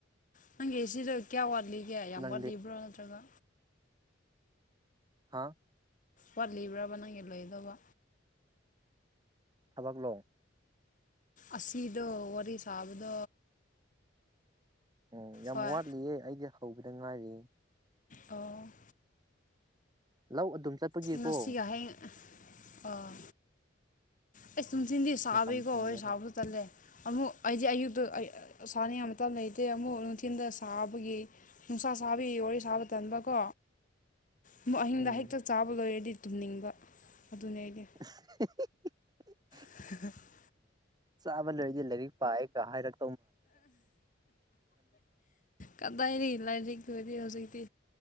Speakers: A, on the left; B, on the right.
A: ꯅꯪꯒꯦꯁꯤꯗ ꯀꯌꯥ ꯋꯥꯠꯂꯤꯒꯦ ꯌꯥꯝ
B: ꯅꯪꯗꯤ
A: ꯋꯥꯠꯂꯤꯕ꯭ꯔꯣ ꯅꯠꯇ꯭ꯔꯒ
B: ꯍꯥꯥ
A: ꯄꯣꯠ ꯂꯤꯕ꯭ꯔꯥꯕ ꯅꯪꯒꯤ ꯂꯣꯏꯗꯧꯕ
B: ꯊꯕꯥꯛꯂꯣ
A: ꯑꯤꯗ ꯋꯥꯔꯤ ꯁꯥꯕꯗꯣ
B: ꯑꯣ ꯌꯥꯝ
A: ꯍꯣꯏ
B: ꯋꯥꯠꯂꯤꯍꯦ ꯑꯩꯗꯤ ꯍꯧꯕꯗ ꯉꯥꯏꯔꯤ
A: ꯑꯣ
B: ꯂꯧ ꯑꯗꯨꯝ ꯆꯠꯄꯒꯤꯀꯣ
A: ꯃꯁꯤꯁꯤ ꯑꯁꯦ ꯑꯥ ꯑꯩꯁ ꯇꯨꯝ ꯊꯤꯟꯗꯤ ꯁꯥꯕꯀꯣ
B: ꯃꯇꯝ ꯐꯪꯗꯦꯕ
A: ꯍꯣꯏ ꯁꯥꯕ ꯆꯜꯂꯦ ꯑꯃꯨꯛ ꯑꯩꯗꯤ ꯑꯌꯨꯛꯇꯨ ꯁꯥꯥꯅꯤ ꯑꯃꯇ ꯂꯩꯇꯦ ꯑꯃꯨꯛ ꯅꯨꯡꯊꯤꯜꯗ ꯁꯥꯕꯒꯤ ꯅꯨꯡꯁꯥ ꯁꯥꯕꯤ ꯋꯥꯔꯤ ꯁꯥꯕ ꯇꯟꯕꯀꯣ ꯑꯃꯨꯛ ꯑꯍꯤꯡꯗ
B: ꯎꯝ
A: ꯍꯦꯛꯇ ꯆꯥꯕ ꯂꯣꯏꯔꯗꯤ ꯇꯨꯝꯅꯤꯡꯕ ꯑꯗꯨꯅꯦ ꯑꯩꯗꯤ
B: <unintelligible>
A: <unintelligible>
B: ꯆꯥꯕ ꯂꯩꯔꯗꯤ ꯂꯥꯏꯔꯤꯛ ꯄꯥꯏꯑꯒ ꯍꯥꯏꯔꯛ
A: ꯀꯗꯥꯏꯔꯤ ꯂꯥꯏꯔꯤꯛꯇ ꯑꯣꯏꯗꯤ ꯍꯧꯖꯤꯛꯇꯤ